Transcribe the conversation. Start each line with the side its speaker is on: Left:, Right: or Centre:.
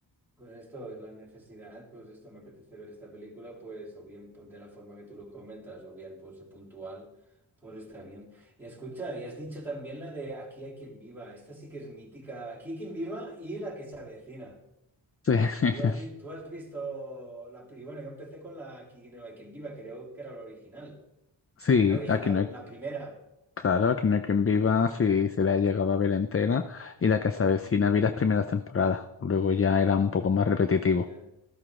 Centre: pues esto es la necesidad, pues esto me apetece ver esta película, pues o bien pues, de la forma que tú lo comentas, o bien pues puntual, pues está bien. Y escucha, y has dicho también la de Aquí hay quien viva, esta sí que es mítica, Aquí hay quien viva y la que se avecina.
Left: Sí, <laughs>
Centre: Tú has, vi- tú has visto la... pri- Bueno, yo empecé con la Aquí no hay quien viva, creo que era la original.
Left: sí,
Centre: La original,
Left: aquí no hay,
Centre: la primera.
Left: claro, aquí no hay quien viva si se la ha llegado a ver entera y la que se avecina vi las primeras temporadas. Luego ya era un poco más repetitivo.
Centre: Ya.